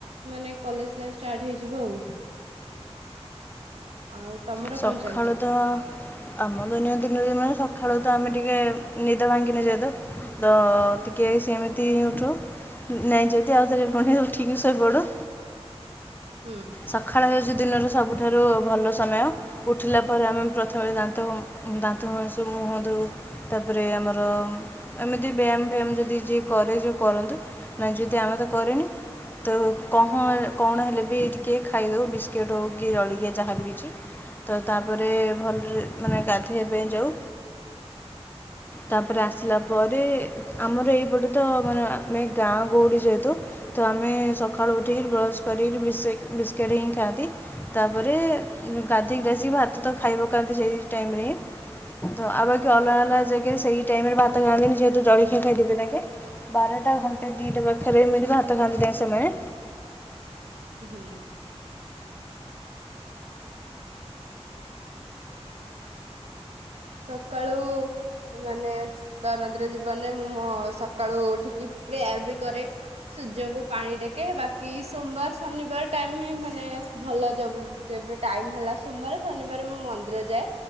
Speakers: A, on the right; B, on the left.
A: ମାନେ କଲେଜ୍ ଲାଇଫ୍ ଷ୍ଟାଟ୍ ହେଇଯିବ ଆଉ। ଆଉ ତମର
B: ସଖାଳୁ
A: କଣ ଚାଲିଛି?
B: ତ ଆମ ଦୈନ ଦିନରେ ମାନେ ସଖାଳୁ ତ ଆମେ ଟିକେ ନିଦ ଭାଙ୍ଗିନେ ଯେହେତୁ ତ ଟିକେ ସେମିତି ଉଠୁଁ ନାଇଁ ଯଦି ଆଉ ଥରେ ପୁଣି ଉଠିକି ଶୋଇପଡ଼ୁ।
A: ହୁଁ
B: ସଖାଳ ହେଇ ଯ ଦିନରୁ ସବୁଠାରୁ ଭଲ ସମୟ ଉଠିଲା ପରେ ଆମେ ପ୍ରଥମେ ଦାନ୍ତ ଦାନ୍ତ ଘଷୁ ମୁହଁ ଧୋଉ ତାପରେ ଆମର ଏମିତି ବ୍ୟାୟାମ ଫ୍ୟାୟାମ ଯଦି ଯିଏ କରେ ଯୋଉ କରନ୍ତୁ ନାହିଁ ଯଦି ଆମେ ତ କରେନି ତ କହଁ କଣ ହେଲେ ବିି ଟିକେ କେକ୍ ଖାଇଦେଉ ବିସ୍କିଟ୍ ହଉ କି ଜଳିଖିଆ ଯାହାବି କିଛି ତ ତାପରେ ଭଲରେ ମାନେ ଗାଧେଇବା ପାଇଁ ଯାଉ। ତାପରେ ଆସିଲା ପରେ ଆମର ଏଇ ପଟେ ତ ମାନେ ଆମେ ଗାଁ ଗଉଡୀ ଯେହେତୁ ତ ଆମେ ସକାଳୁ ଉଠିକିରି ବ୍ରସ କରି ବିଶୋଇ ବିସ୍କିଟ୍ ହିଁ ଖାଆନ୍ତି ତାପରେ ଗାଧେଇ କି ଆସିକି ଭାତ ତ ଖାଇ ପକାନ୍ତି ସେଇ ଟାଇମରେ ହିଁ ତ ଆଉ ବାକି ଅଲଗା ଅଲଗା ସେଇ ଟାଇମରେ ଭାତ ଖାଆନ୍ତିନି ଯେହେତୁ ଜଳିଖିଆ ଖାଇଥିବେ ତାଙ୍କେ। ବାରଟା ଘଣ୍ଟେ ଦିଇଟା ପାଖରେ ଏମିତି ଭାତ ଖାଆନ୍ତି ତାଙ୍କେ ସେମାନେ।
A: ହୁଁ। ସକାଳୁ ମାନେ ଦୈନନ୍ଦିନ ଜୀବନରେ ମୁଁ ମୋ ସକାଳୁ ଉଠିକି ପ୍ରେୟାର ବି କରେ, ସୂର୍ଯ୍ୟଙ୍କୁ ପାଣି ଟେକେ, ବାକି ସୋମବାର, ଶନିବାର ଟାଇମି ମାନେ ଭଲ ଯୋ ଯେବେ ଟାଇମ ହେଲା ସୋମବାରେ, ଶନିବାରେ ମୁଁ ମନ୍ଦିର ଯାଏ।